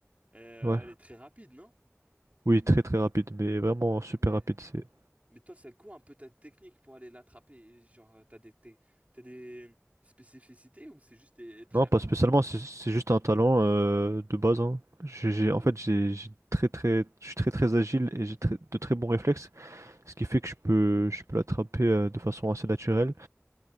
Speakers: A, on the right; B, on the right.
A: euh,
B: Ouais.
A: elle est très rapide, non?
B: Oui, très très rapide, mais vraiment super
A: Mais,
B: rapide. C'est...
A: mais toi, c'est quoi un peu ta technique pour aller l'attraper? Genre, euh, t'as des, t'es- t'as des spécificités ou c'est juste t'es très
B: Non, pas
A: rapide?
B: spécialement, c'est c'est juste un talent euh, de base. hein. J'ai, j'ai-
A: Ok. Ouais.
B: en fait, j'ai, j'ai très très, je suis très très agile et j'ai très- de très bons réflexes, ce qui fait que je peux, je peux l'attraper euh, de façon assez naturelle.